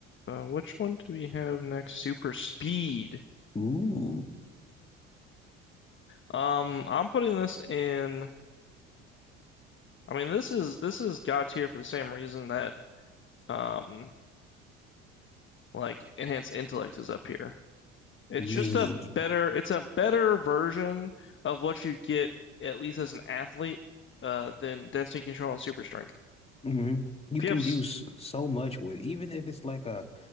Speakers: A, on the left (about 30°); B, on the left (about 15°).
A: Uh, which one did we have next? Super speed.
B: Ooh,
A: Um, I'm putting this in. I mean, this is this is God tier for the same reason that um, like enhanced intellect is up here. It's
B: yeah.
A: just a better. It's a better version of what you get at least as an athlete, uh, than density control and super strength.
B: hmm You
A: If
B: can
A: you have, s-
B: do s- so much with, even if it's like a,